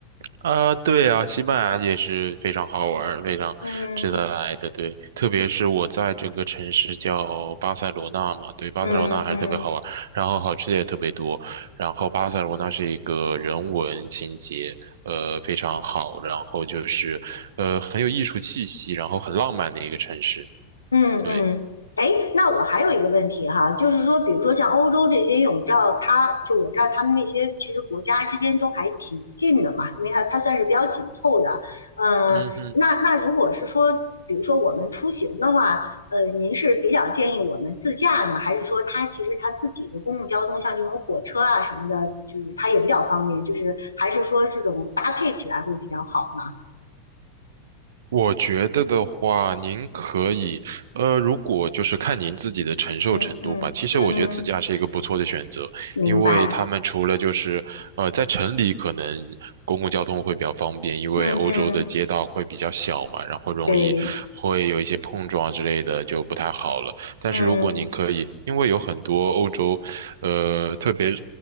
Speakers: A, on the right; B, on the left.
A: 啊、对啊，西班牙也是非常好玩儿非常值得来的。
B: 嗯
A: 对，特别是我在这个城市叫巴塞罗那嘛，对，巴塞罗那还是特别好玩儿然后好吃的也特别多。
B: 嗯嗯，
A: 然后巴塞罗那是一个人文情节，呃，非常好，然后就是，呃，很有艺术气息，然后很浪漫的一个城市。
B: 嗯嗯，
A: 对，
B: 哎，那我还有一个问题哈，就是说，比如说像欧洲这些，因为我们知道它，就我知道他们那些其实国家之间都还挺近的嘛，因为它它算是比较紧凑的。呃，
A: 嗯哼。
B: 那那如果是说，比如说我们出行的话，呃，您是比较建议我们自驾呢，还是说它其实它自己的公共交通，像这种火车啊什么的，就是它也比较方便，就是还是说这种搭配起来会比较好呢？
A: 我觉得的话，您可以，呃，如果就是看您自己的承受程度吧。
B: 嗯嗯嗯嗯，
A: 其实我觉得自驾是一个不错的选择，
B: 明白。
A: 因为他们除了就是，呃，在城里可能公共交通会比较方便，因为欧洲的街道会比较小嘛，
B: 嗯嗯。
A: 然后容易会有一些碰撞之类的，
B: 对，
A: 就不太好了。但是如果您可以，
B: 嗯
A: 因为有很多欧洲，呃，特别